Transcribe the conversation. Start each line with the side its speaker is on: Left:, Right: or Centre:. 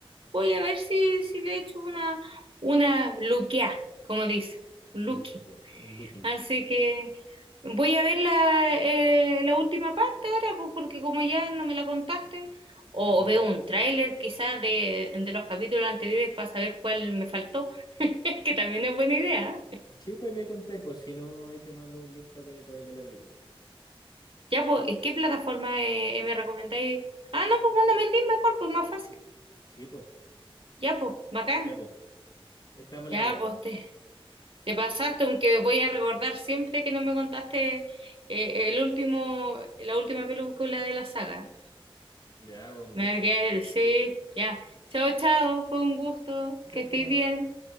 Right: voy a ver si, si le echo una, una luqueá, como dice, luqui.
Left: Sí, po, un looking.
Right: Así que voy a ver la, eh, la última parte ahora, pues porque como ya no me la contaste, o
Left: No,
Right: veo un tráiler quizás de, de los capítulos anteriores para saber cuál me faltó, <laughs> que también es buena idea. ¿eh?
Left: sí, pues ahí me contáis, pues si no, ahí te mando un link para que podáis ver la película.
Right: Ya, pues, ¿y ¿qué plataforma eh, me recomendáis? Ah, no, pues mándame el link mejor, pues más fácil.
Left: Sí, pues.
Right: Ya, pues, bacán.
Left: Ya, pues. Ahí estamos al
Right: Ya,
Left: habla, pues.
Right: pues, te, te pasaste, aunque voy a recordar siempre que no me contaste eh, el último, la última película de la saga.
Left: Ya, pues, un gusto.
Right: Me voy a quedar, sí, ya. Chao, chao, fue un gusto,
Left: Chao,
Right: que estés
Left: chao.
Right: bien.